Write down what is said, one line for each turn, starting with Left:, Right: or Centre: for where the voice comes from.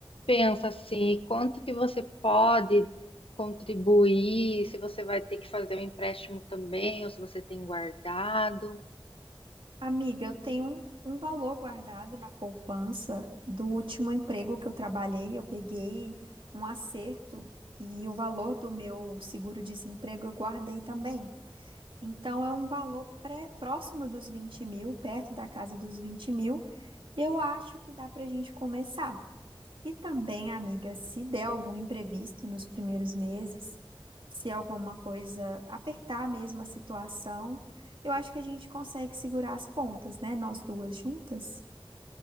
Left: pensa assim? Quanto que você pode contribuir? Se você vai ter que fazer um empréstimo também, ou se você tem guardado?
Right: Amiga, eu tenho um, um valor guardado na poupança do último emprego que eu trabalhei, eu peguei um acerto e o valor do meu seguro-desemprego eu guardei também. Então, é um valor pré- próximo dos vinte mil, perto da casa dos vinte mil. Eu acho que dá para a gente começar. E também, amiga, se der algum imprevisto nos primeiros meses, se alguma coisa apertar mesmo a situação, eu acho que a gente consegue segurar as pontas, né? Nós duas juntas.